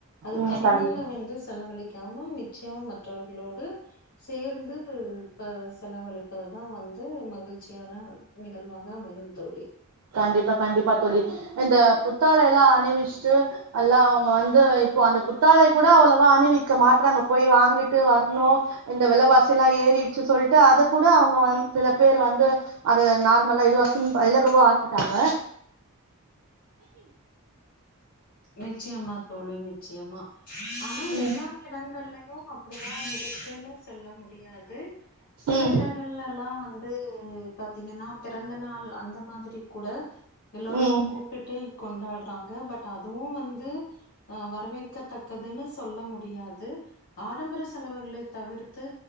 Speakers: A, on the left; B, on the right.
A: அது
B: ம்
A: தனிமைல
B: கண்டிப்பா
A: வந்து செலவழிக்காம நிச்சயமா மற்றவர்களோடு சேர்ந்து ப செலவழிப்பது தா வந்து மகிழ்ச்சியான நிகழ்வாக அமையும் தோழி
B: கண்டிப்பா கண்டிப்பா தோழி இந்த புத்தாடை எல்லா அணிவிஸ்ட்டு அல்லா அவுங்க வந்து இப்போ அந்த புத் தாடை கூட அவ்வளவா அணிவிக்க மாட்றாங்க போய் வாங்கி ட்டு வர்ணு இந்த விலவாசி எல்லா ஏறிர்ச்சு சொல்ட்டு அத கூட அவுங்க வந் சில பேர் வந்து அத நார்மலா இதுவா சிம்ப் இலகுவா ஆக்கிட்டாங்க
A: நிச்சயமா தோழி நிச்சயமா ஆனா
B: ம்
A: எல்லா எடங்கள்லயு அப்பிடிதா இருக் குன்னு சொல்ல முடியாது சில
B: ம்
A: இடங்கள்லெல்லா வந்து பாத்தீங்க ன்னா பிறந்த நாள் அந்த மாதிரி கூட எல்லோரையும்
B: ம்
A: கூ ப்பிட்டு கொண்டாட்றாங்க பட் அதுவு வந்து அ வரவேற்கத்தக்கதுனு சொல்ல முடியாது ஆடம்பர செலவுகளை தவிர்த்து